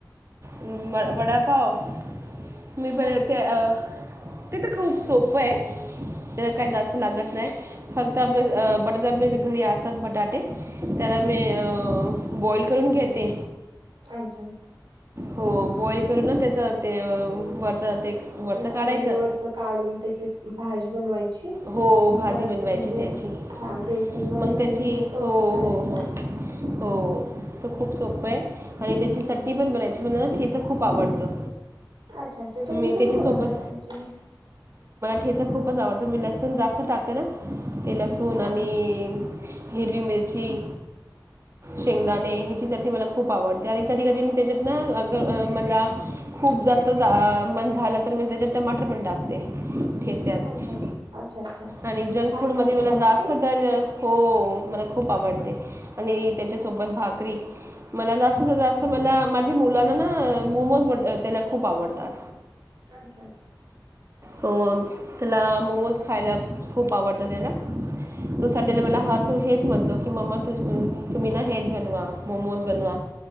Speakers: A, on the right (about 35°); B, on the right (about 75°).
A: म वडा भाव मी
B: हो
A: प ते अ ते तर खूप सोप आहे तेला काय जास्त लागत नाही फक्त आपल्या अ बटाट आपल्या ज अ घरी असतात बटाटे त्याला मी अ बॉईल करून घेते.
B: अच्छा
A: हो बॉइल करून त्याचा ते वरचा ते वरचं
B: त्याची
A: काढायचं
B: म्हणजे वरच काढून त्याची भाजी बनवायची?
A: हो
B: णि
A: भाजी
B: परत
A: बनवायची
B: म्हणजे
A: त्याची
B: हा बेसन मध्ये
A: मग
B: घालून
A: त्याची
B: ते तळून
A: हो
B: काढायचा.
A: हो हो हो तो खूप सोपं आहे आणि त्याची चटणी पण बनायची मला ना ठेचा खूप आवडतं
B: अच्छा अच्छा चटणी
A: मी
B: कशी
A: त्याच्यासोबत
B: बनवतात त्याची?
A: ठेचा खूपच आवडतो मी लस ण जास्त टाकते ना ते लसूण
B: हा
A: आणि
B: हा
A: हिरवी मिरची शेंगदाणे ह्याची चटणी मला खूप आवडते आणि कधी कधी मी त्याच्यात ना अगर, मला अ खूप जास्त मन झालं तर मी त्याच्यात टमाटर पण टाकते. ठेच्यात
B: अच्छा अच्छा. अच्छा
A: आणि जंक
B: छान
A: फूड
B: लागतं
A: मध्ये मला
B: का मग
A: जास्त
B: ते
A: तर हो मला खूप आवडते आणि त्याच्यासोबत भाकरी मला जास्तत जास्त मला माझी मुलांना ना मोमोज ब त्याला खूप आवडतात.
B: अच्छा अच्छा.
A: हो त्याला मोमोज खायला खूप आवडतं त्याला तो संडेला मला हाच हेच म्हणतो की, मम्मा तुझी तुम्ही ना हेच बनवा मोमोज बनवा.